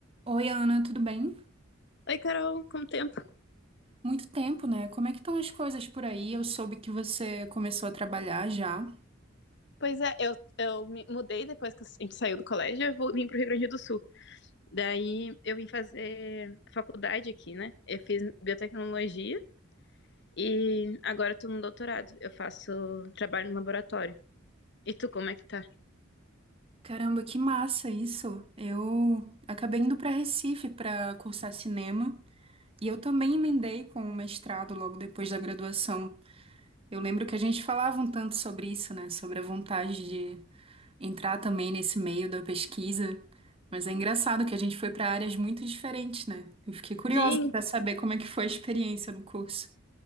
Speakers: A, on the right; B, on the left.
A: Oi, Ana, tudo bem?
B: Oi, Carol, como tempo?
A: Muito tempo, né? Como é que estão as coisas por aí? Eu soube que você começou a trabalhar já.
B: Pois é, eu, eu me mudei depois que a gente saiu do colégio, eu vou- vim pro Rio Grande do Sul. Daí eu vim fazer faculdade aqui, né? Eu fiz biotecnologia e agora eu tô no doutorado. Eu faço trabalho no laboratório. E tu, como é que tá?
A: Caramba, que massa isso! Eu acabei indo para Recife para cursar cinema e eu também emendei com o mestrado logo depois da graduação. Eu lembro que a gente falava um tanto sobre isso, né? Sobre a vontade de entrar também nesse meio da pesquisa. Mas é engraçado que a gente foi para áreas muito diferentes, né? Eu fiquei curiosa
B: Sim.
A: para saber como é que foi a experiência no curso.